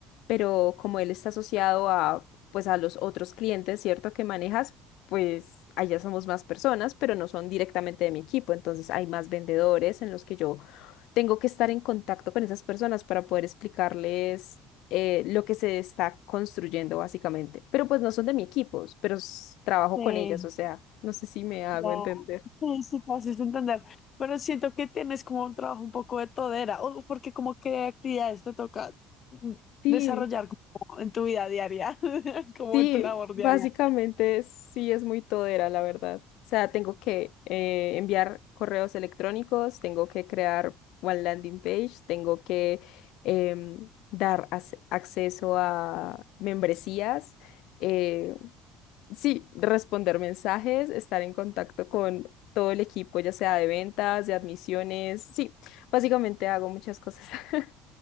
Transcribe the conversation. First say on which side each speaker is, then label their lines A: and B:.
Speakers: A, on the left (about 70°); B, on the left (about 45°).
A: pero como él está asociado a, pues a los otros clientes, ¿cierto? Que manejas, pues allá somos más personas, pero no son directamente de mi equipo, entonces hay más vendedores en los que yo tengo que estar en contacto con esas personas para poder explicarles eh, lo que se está construyendo básicamente. Pero pues no son de mi equipo, pero s- trabajo
B: Sí,
A: con ellas, o sea, no sé si me hago
B: ya,
A: entender.
B: sí, sí, te haces entender. Pero siento que tienes como un trabajo un poco de todera, o porque como qué actividades te toca mm,
A: Sí,
B: desarrollar como en tu vida diaria, <laughs> como
A: sí,
B: en tu labor
A: básicamente
B: diaria.
A: sí es muy todera, la verdad. O sea, tengo que eh, enviar correos electrónicos, tengo que crear one landing page, tengo que em, dar ac- acceso a membresías. eh, Sí, responder mensajes, estar en contacto con todo el equipo, ya sea de ventas, de admisiones. Sí, básicamente hago muchas cosas. <laughs>